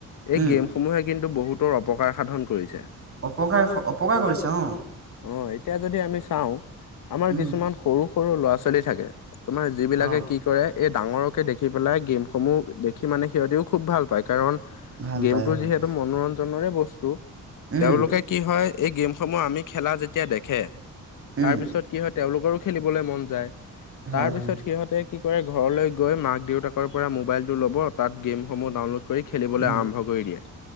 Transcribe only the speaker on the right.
উম
অপকাৰ অপকাৰ কৰিছে অ
উম
অ
ভাল
পাই হয়
উম
উম
হয়
হয়
উম